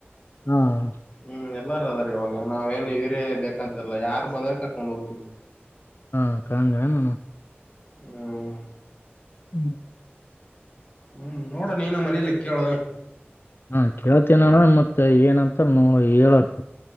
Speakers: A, on the left; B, on the left.
A: ಹ್ಮ್
B: ಹ್ಮ್ ಎಲ್ಲಾರ ಅದಾರ ಇವಾಗ ನಾವೇಏನ್ ಇೀರೇ ಬೇಕಂತಲ್ಲ ಯಾರು ಬಂದ ಕರ್ಕೊಂಡ್ ಹೋಗ್ತೀವಿ.
A: ಹಾ ಹಂಗ ಏನ
B: ಹ್ಮ್
A: ಹ್ಮ್
B: ಹ್ಮ್ ನೋಡ ನೀನು ಮನೇಲಿ ಕೇಳ.
A: ಹಾ ಕೇಳ್ತೀನಣ್ಣ ಮತ್ತೆ ಏನಂತ ಹೇಳಕ್